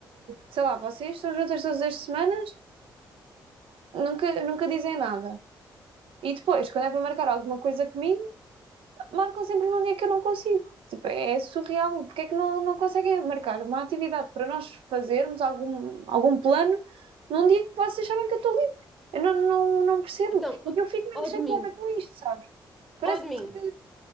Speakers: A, on the right; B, in the centre.
A: sei lá, vocês estão juntas todas as semanas, nunca, nunca dizem nada. E depois, quando é para marcar alguma coisa comigo, marcam sempre num dia que eu não consigo. Tipo, é surreal. Porque é que não, não conseguem marcar uma atividade para nós fazermos algum, algum plano num dia que vocês sabem que eu estou livre? Eu não, não, não percebo.
B: Então,
A: E eu fico mesmo
B: ó
A: chateada
B: de mim,
A: com isto, sabes? Parece
B: ó de mim.
A: que